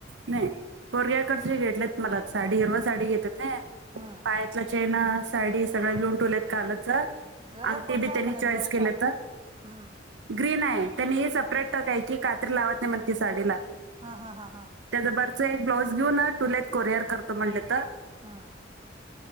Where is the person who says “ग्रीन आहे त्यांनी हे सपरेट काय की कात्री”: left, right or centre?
Right